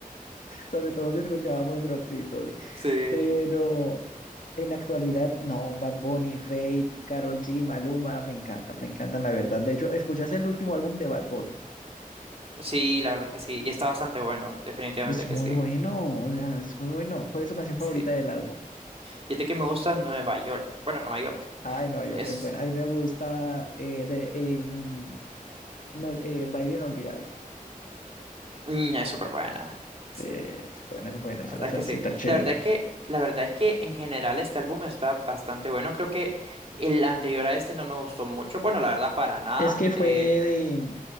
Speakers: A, on the left; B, on the right.
A: Sobre todo si escuchábamos Roxito. di.
B: Sí,
A: Pero en la actualidad, no, Bad Bunny, Fate, Karol G, Maluma, me encantan, me encantan, la verdad. De hecho, ¿escuchas el último álbum de Bad Bunny?
B: sí, la verdad es que sí. Y está bastante bueno, definitivamente
A: Es
B: que
A: muy
B: sí.
A: bueno, o sea, es muy bueno. ¿Cuál es tu canción favorita
B: Sí.
A: del álbum?
B: Fíjate que me gusta Nueva York. Bueno, Nueva York.
A: Ay, Nueva York
B: Es
A: es buena. Ay, me gusta eh, de, eh, mm, no, eh, Baile Inolvidable.
B: Mm, es súper buena. Sí,
A: Sí, es buena, es buena,
B: la
A: es
B: verdad
A: una salsita
B: que sí.
A: chévere.
B: La verdad es que, la verdad es que en general este álbum está bastante bueno. Creo que el anterior a este no me gustó mucho. Bueno, la verdad, para nada.
A: Es que fue
B: Eh,
A: de,